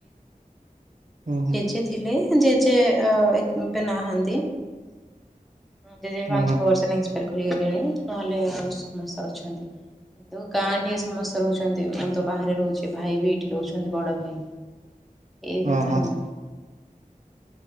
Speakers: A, on the right; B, in the centre.
A: ଓହୋ
B: ଜେଜେ ଥିଲେ ଜେଜେ ଅ ଏବେ ନାହାଁନ୍ତି ଜେ ପାଞ୍ଚ
A: ଓହୋ
B: ଛ ବାର୍ କରି ଗଲେଣି ନହେଲେ ଆଉ ସମସ୍ତେ ଅଛନ୍ତି। କିନ୍ତୁ ଗାଁ ଠେଇ ସମସ୍ତେ ରହୁଛନ୍ତି ମୁଁ ତ ବାହାରେ ରହୁଛି ଭାଇ ବି ଏଇଠି ରହୁଛନ୍ତି ବଡ ଭାଇ ଏଇ
A: ଓ
B: କଥା
A: ହୋ।
B: ଆଉ